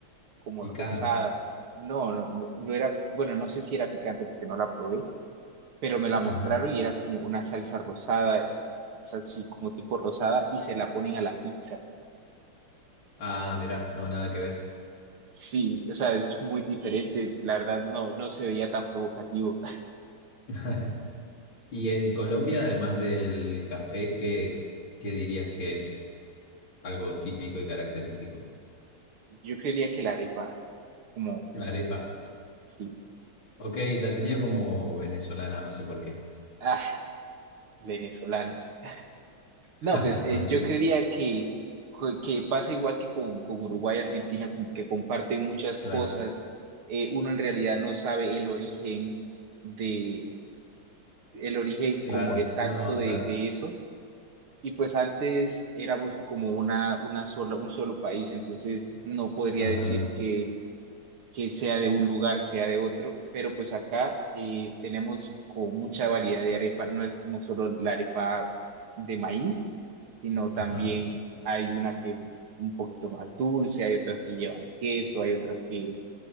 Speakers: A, on the right (about 80°); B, on the left (about 65°).
A: como
B: picante.
A: rosada. No, no, no, no era, bueno, no sé si era picante porque no la probé, pero me la mostraron
B: Ajá.
A: y era como una salsa rosada, o sea, sí, como tipo rosada y se la ponen a la pizza.
B: Ah, mirá, no, nada que ver.
A: Sí, o sea, es muy diferente, la verdad no, no se veía tan provocativo.
B: <laughs> Y en Colombia, además del café, ¿qué, qué dirías que es algo típico y característico?
A: Yo creería que la arepa, como,
B: La arepa.
A: sí,
B: Ok, la tenía como venezolana, no sé por qué.
A: ah, venezolanos. No,
B: <laughs>
A: pues eh,
B: Maldito,
A: yo creería que, co- que pasa igual que con, con Uruguay y Argentina, como que comparten muchas
B: claro,
A: cosas. Eh, uno en realidad no sabe el origen de, el origen
B: claro,
A: como exacto
B: no,
A: de,
B: claro,
A: de eso. Y pues antes éramos como una, una sola, un solo país, entonces no podría
B: ajá,
A: decir que, que sea de un lugar, sea de otro, pero pues acá eh, tenemos como mucha variedad de arepa, no es como solo la arepa de maíz sino también
B: ajá,
A: hay una que es un poquito más dulce, hay otras que llevan queso, hay otras que,